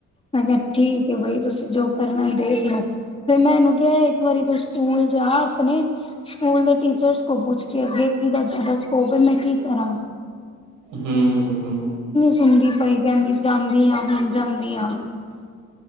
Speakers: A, on the left (about 20°); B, on the right (about 85°).
A: ਆਏ ਹੋਏ ਠੀਕ ਹੈ ਬਾਈ। ਤੁਸੀਂ ਜੋ ਕਰਨਾ ਦੇਖਲੋ ਫ਼ਿਰ ਮੈਂ ਇਹਨੂੰ ਕਿਹਾ ਇੱਕ ਵਾਰੀ ਤੂੰ ਸਕੂਲ ਜਾ, ਆਪਣੇ ਸਕੂਲ ਦੇ ਟੀਚਰਸ ਕੋ ਪੁਛ ਕੇ ਅ, ਕਿਦਾ ਜਿਆਦਾ ਸਕੋਪ ਏ, ਮੈਂ ਕੀ ਕਰਾਂ।
B: ਹਮ ਹਮ ਹਮ।
A: ਹੁੰਦੀ ਪਈ ਕਹਿੰਦੀ ਜਾਂਦੀ ਆ, ਹੁਣ ਜਾਂਦੀ ਆ। <inaudible>